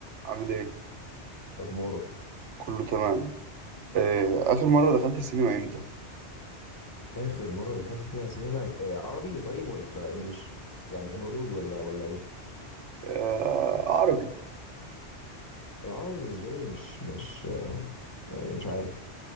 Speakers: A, on the right; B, on the left.
A: عامل ايه؟
B: اخبارك
A: كله تمام آه، آخر مرة دخلت السينما امتى؟
B: اخر مره دخلت فيها سينما آه، عربي طيب ولا انجليش يعني هوليوود ولا ولا ايه
A: آه، عربي
B: العربي بالنسبه لي مش مش آه، يعني مش عارف